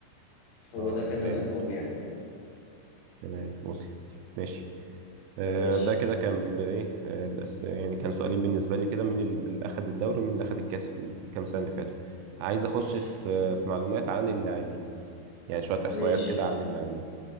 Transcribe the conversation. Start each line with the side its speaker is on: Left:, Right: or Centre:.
Left: هو
Right: اه
Left: ده كان
Right: تمام
Left: العقاب يعني
Right: تمام وصلت ماشي آه
Left: ماشي
Right: ده كده كان ب- ايه آه الأس- يعني كان سؤالين بالنسبة لي كده مين ال- اللي أخد الدوري ومين اللي أخد الكاس في الكام سنة اللي فاتوا عايز أخش
Left: ماشي
Right: في في معلومات عن اللاعبين يعني شوية إحصائيات
Left: ماشي
Right: كده عن اللاعبين